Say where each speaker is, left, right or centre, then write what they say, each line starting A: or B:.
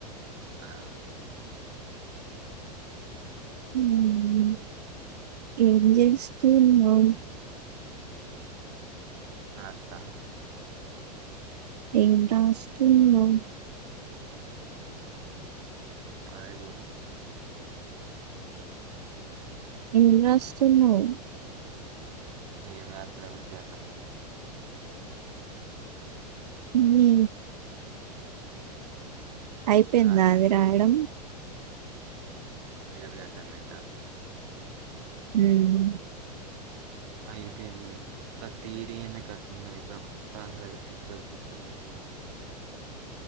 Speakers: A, on the right; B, on the right.
A: ఆ
B: మ్ మ్ ఏం చేస్తున్నావు
A: రాస్తా
B: ఏం రా స్తున్నావు
A: కరై పోతున్నా
B: ఏం రాస్తున్న వ్
A: ఏం రాస్తలే వూరికే అన్నా
B: నీ అయిపోయింద
A: రాసిన
B: అది రాయడం
A: <inaudible>
B: హుమ్
A: అయిపోయింది ఆ తీరి ఏంటి గట్ల ఉన్నది ఆ ఫిఫ్త్ ఆన్సర్ పిచ్చిలేస్తుంది